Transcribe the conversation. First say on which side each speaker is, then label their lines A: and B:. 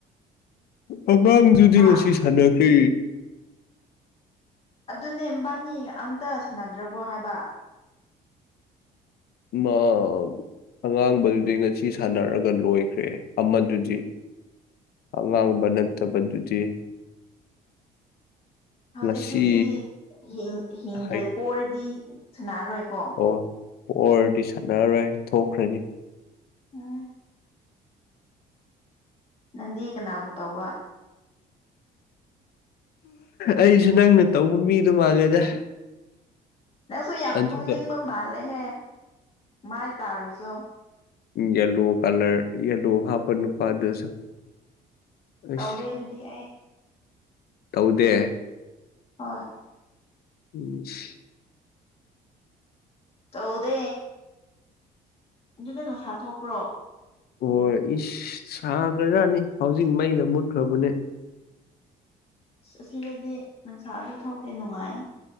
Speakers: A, on the left; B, on the left.
A: ꯑꯉꯥꯡꯗꯨꯗꯤ
B: ꯍꯥ
A: ꯉꯁꯤ ꯁꯥꯟꯅꯈ꯭ꯔꯦ
B: ꯑꯗꯨꯅꯦ ꯃꯕꯥꯅꯤ ꯑꯝꯇ ꯁꯥꯟꯅꯗ꯭ꯔꯕꯣ ꯍꯥꯏꯕ
A: ꯃꯥ ꯑꯉꯥꯡꯕꯗꯨꯗꯤ ꯉꯁꯤ ꯁꯥꯟꯅꯔꯒ ꯂꯣꯏꯈ꯭ꯔꯦ ꯑꯃꯗꯨꯗꯤ ꯑꯉꯥꯡꯕ ꯅꯠꯇꯕꯗꯨꯗꯤ
B: ꯍꯧꯖꯤꯛꯇꯤ
A: ꯉꯁꯤ
B: ꯁꯤ ꯍꯤꯡ ꯍꯤꯡꯗ꯭ꯔꯦ
A: ꯍꯩ
B: ꯄꯣꯔꯗꯤ ꯁꯥꯟꯅꯔꯣꯏꯀꯣ
A: ꯍꯣꯏ ꯄꯣꯔꯗꯤ ꯁꯥꯟꯅꯔꯔꯣꯏ ꯊꯣꯛꯈ꯭ꯔꯅꯤ
B: ꯎꯝ ꯅꯪꯗꯤ ꯀꯅꯥꯕꯨ ꯇꯧꯕ
A: ꯑꯩꯖꯨ ꯅꯪꯅ ꯇꯧꯕ ꯃꯤꯗꯣ ꯃꯥꯜꯂꯦꯗ
B: ꯅꯪꯁꯨ ꯌꯥꯝ
A: ꯑꯗꯨꯒ
B: ꯇꯨꯝꯅꯤꯡꯕ ꯃꯥꯜꯂꯦꯍꯦ ꯃꯥꯏ ꯇꯥꯔꯨꯆꯣ
A: ꯌꯦꯂꯣ ꯀꯂꯔ ꯌꯦꯜꯂꯣ ꯍꯥꯞꯄ ꯅꯨꯄꯥꯗꯨꯁꯨ ꯑꯩꯁ
B: ꯇꯧꯗꯦ ꯑꯗꯨꯗꯤ ꯑꯩ
A: ꯇꯧꯗꯦ
B: ꯍꯣꯏ
A: ꯎꯝ ꯁꯤꯁ
B: ꯇꯧꯗꯦ ꯑꯗꯨꯗ ꯅꯨꯡꯁꯥ ꯊꯣꯛꯄ꯭ꯔꯣ
A: ꯄꯣꯔ ꯏꯁ ꯁꯥꯒ꯭ꯔꯖꯥꯠꯅꯤ ꯍꯧꯖꯤꯛ ꯃꯩꯅ ꯃꯨꯠꯈ꯭ꯔꯕꯅꯦ
B: ꯑꯁ ꯑꯁꯤꯗꯗꯤ ꯅꯨꯡꯁꯥꯗꯤ ꯊꯣꯛꯇꯦ ꯅꯨꯡꯉꯥꯏ